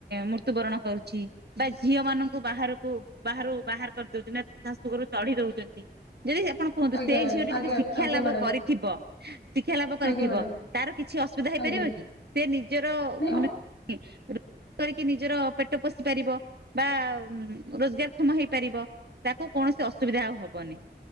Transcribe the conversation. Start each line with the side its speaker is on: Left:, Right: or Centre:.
Right: ମୃତ୍ୟୁବରଣ କରୁଛି ବା ଝିଅ ମାନଙ୍କୁ ବାହାରକୁ ବାହାରୁ ବାହାର କରିଦଉଛନ୍ତି ନା ଶାଶୁ ଘରୁ ତଢି ଦଉଛନ୍ତି। ଯଦି ଆପଣ କୁହନ୍ତୁ
Left: ଆଜ୍ଞା
Right: ସେଇ ଝିଅଟି
Left: ଆଜ୍ଞା
Right: ଯଦି ଶିକ୍ଷା
Left: ଆଜ୍ଞା
Right: ଲାଭ
Left: ମ୍ୟାଡ଼ାମ
Right: କରିଥିବ ଶିକ୍ଷା ଲାଭ କରିଥିବ
Left: ଆଜ୍ଞା ମ୍ୟାଡ଼ାମ
Right: ତାର କିଛି ଅସୁବିଧା ହେଇପାରିବ
Left: ଆଜ୍ଞା
Right: କି ସେ ନିଜର
Left: ନାଇଁ
Right: ମାନେ କରିକି ନିଜର ପେଟ ପୋଷି ପାରିବ ବା ରୋଜଗାର କ୍ଷମ ହେଇପାରିବ। ତାକୁ କୌଣସି ଅସୁବିଧା ଆଉ ହବନି।